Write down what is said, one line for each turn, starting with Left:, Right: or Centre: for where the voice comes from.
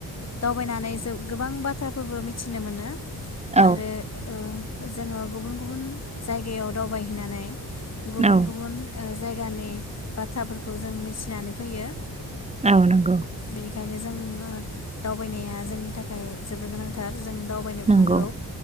Left: दावबायनानै गोबां बाथ्राफोरबो मिथिनो मोनो
Right: औ
Left: आरो ओ जोङो गुबुन गुबुन जायगायाव दावबायहैनानै गुबुन
Right: औ
Left: गुबुन ओ जायगा गानि बाथ्राफोरखौ जों मिथिनानै फैयो।
Right: औ नोंगौ
Left: बेनिखायनो जों ओ दावबायनाया जोंनि थाखाय जोबोद गोनांथार जों दावबायनोबो
Right: नंगौ
Left: नांगौ